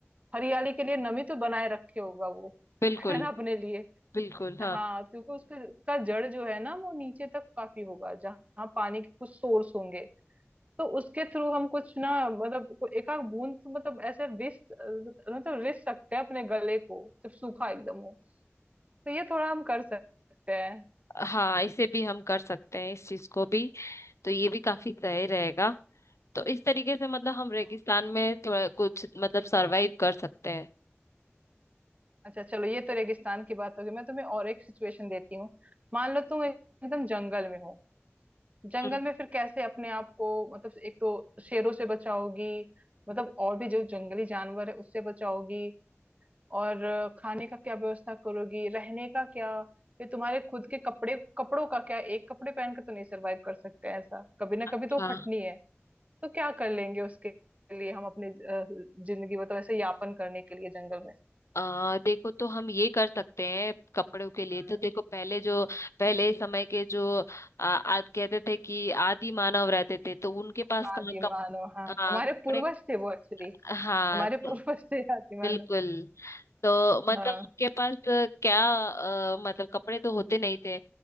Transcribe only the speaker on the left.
बिल्कुल
बिल्कुल हाँ
हाँ इसे भी हम कर सकते हैं इस चीज को भी तो ये भी काफी सही रेगा तो इस तरीके से मतलब हम रेगिस्तान
में थोड़ा कुछ मतलब सरवाइव कर सकते हैं
हम्म,
अच्छा
आ, देखो तो हम ये कर सकते हैं कपड़ों के लिए
तो देखो पहले जो पहले समय के जो आ, आ, कहते थे कि आदि मानव रहते थे तो उनके पास
कहाँ कप,
हाँ
कपड़े
हाँ
तो
बिल्कुल तो मतलब
उनके पास अ, क्या अ, मतलब कपड़े तो होते नहीं थे